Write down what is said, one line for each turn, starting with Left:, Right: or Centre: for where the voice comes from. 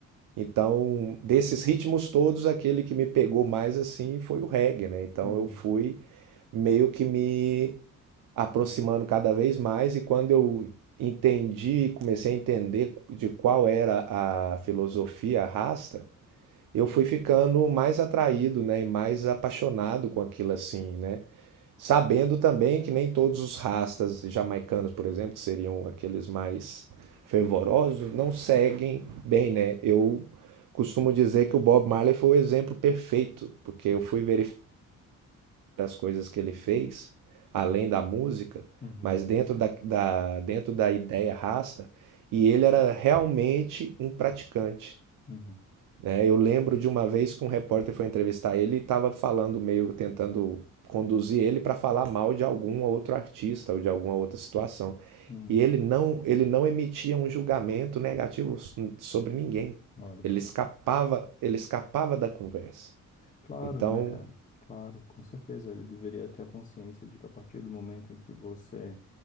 Right: Então, desses ritmos todos, aquele que me pegou mais assim foi o reggae, né? Então
Left: Uhum,
Right: eu fui meio que me aproximando cada vez mais e quando eu entendi, comecei a entender de qual era a filosofia rasta, eu fui ficando mais atraído, né, e mais apaixonado com aquilo assim, né? Sabendo também que nem todos os rastas jamaicanos, por exemplo, que seriam aqueles mais fervorosos, não seguem bem, né? Eu costumo dizer que o Bob Marley foi o exemplo perfeito, porque eu fui verificar as coisas que ele fez, além da música,
Left: uhum,
Right: mas dentro da, da- dentro da ideia rasta, e ele era realmente um praticante
Left: uhum,
Right: né? Eu lembro de uma vez que um repórter foi entrevistar ele e estava falando meio tentando conduzir ele para falar mal de algum outro artista ou de alguma outra situação.
Left: uhum.
Right: E ele não, ele não emitia um julgamento negativo s- sobre ninguém.
Left: Olha
Right: Ele
Left: só,
Right: escapava, ele escapava da conversa.
Left: Claro,
Right: Então,
Left: né, cara? Claro, com certeza. Ele deveria ter a consciência de que a partir do momento em que você